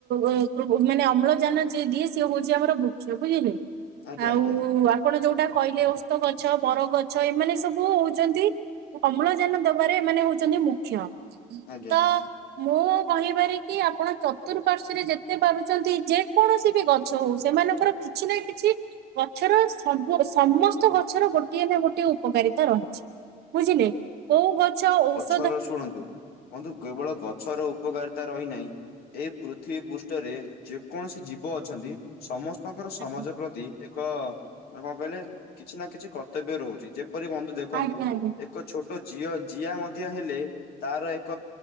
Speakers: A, on the right (about 75°); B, on the left (about 65°).
A: ଉପରୁକୁ ମାନେ ଅମ୍ଳଜାନ ଯିଏ ଦିଏ ସିଏ ହଉଚି ଆମର ବୃ କ୍ଷ ବୁଝିଲେ
B: ଆଜ୍ଞା
A: ଆଉ
B: ଆଜ୍ଞା
A: ଆ ଆପଣ ଯୋଉଟା କହିଲେ ଓସ୍ତ ଗଛ ବର ଗଛ ଏମାନେ ସବୁ ହଉଚନ୍ତି ଅମ୍ଳଜାନ ଦବାରେ ଏମାନେ ହଉଚନ୍ତି ମୁଖ୍ୟ
B: ଆଜ୍ଞା।
A: ତ ମୁଁ କହିବାରେ କିି ଆପଣ ଚତୁଃପାର୍ଶ୍ଵରେ ଯେତେ ପାରୁଚନ୍ତି ଯେ କୌଣସି ବି ଗଛ ହଉ ସେମାନଙ୍କ ଙ୍କର କିଛି ନା କିଛି ଗଛର ସବୁ ସମସ୍ତ ଗଛର ଗୋଟିଏ ନା ଗୋଟିଏ ଉପକାରିତା ରହିଚି। ବୁଝିଲେ କୋଉ ଗଛ ଔଷ
B: ଅ ର ଶୁଣନ୍ତୁ ବନ୍ଧୁ କେବଳ ଗଛର ଉପକାରିତା ରହିନାହିଁ ଏଇ ପୃଥିବୀ ପୃଷ୍ଠରେ ଯେକୌଣସି ଜୀବ ଅଛନ୍ତି ସମସ୍ତ ଙ୍କର ସମାଜ
A: ଆଜ୍ଞା
B: ପ୍ରତି ଏକ ମାନେ କଣ କହିଲେ କିଛି ନା କିଛି କର୍ତ୍ତବ୍ୟ ରହୁଚି ଯେପରି ବନ୍ଧୁ ଦେଖନ୍ତୁ
A: ଆଜ୍ଞା ଆଜ୍ଞା
B: ଏକ ଛୋଟ ଝିଅ ଜିଆ ମଧ୍ୟ ହେଲେ ତାର ଏକ